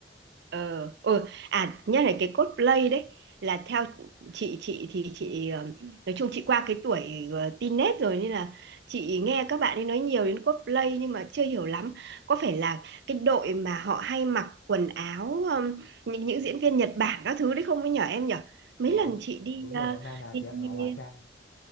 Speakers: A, on the right; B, on the left.
A: ờ ừ. à nhắc lại cái cosplay đấy là theo chị chị thì chị ờ, nói chung chị qua cái tuổi ờ, teen nết rồi nên là chị nghe các bạn ấy nói nhiều đến cosplay nhưng mà chưa hiểu lắm có phải là cái đội mà họ hay mặc quần áo ờm, những những diễn viên Nhật Bản các thứ đấy không ấy nhở em nhở mấy
B: nó
A: lần chị đi,
B: đúng rồi
A: ờ,
B: nó na nà
A: đi,
B: thế ạ
A: đi
B: nó hóa trang